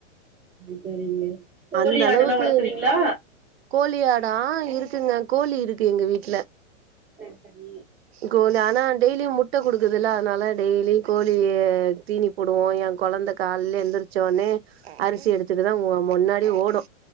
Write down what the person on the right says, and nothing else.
அந்த
அளவுக்கு
கோழி ஆடா ஆ இருக்குங்க கோழி இருக்கு எங்க வீட்ல
கோழி ஆனா டெய்லியு முட்டை குடுக்குதுல்ல அதனால டெய்லி கோழி தீனி போடுவோ ஏன் கொழந்த காலல எந்திரிச்சோடனே அரிசி எடுத்துட்டுதா மு முன்னாடி ஓடு